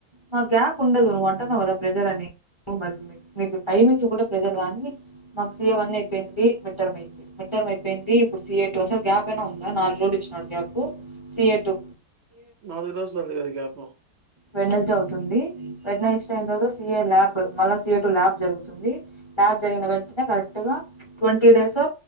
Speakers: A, on the left (about 20°); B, on the right (about 65°).
A: మాకు గ్యాప్ ఉండదు, నువ్వు అంటాన్నావు కదా ప్రెజర్ అని, మ మీకు టైమింగ్స్ కూడా ప్రెజర్ కాగానీ, మాకు సఏ వన్ అయిపోయింది మిడ్ టర్మ్ అయింది, మిడ్ టర్మ్ అయిపోయింది ఇప్పుడు సఏ టూ అసలు గ్యాప్ అయినా ఉందా నాలుగు రోజులు ఇచ్చినాడు గ్యాప్ సిఏ టూ
B: నాలుగు రోజులు ఉంది కద గ్యాప్
A: వెడ్నెస్ డే అవుతుంది, వెడ్నెస్ డే అయిన తర్వాత సిఏ ల్యాబ్, మళ్ళ సిఏ టు ల్యాబ్ జరుగుతుంది. క్లాస్ జరిగిన
B: ఉమ్.
A: వెంటనే కరెంట్ ముందుగా ట్వంటీ డేస్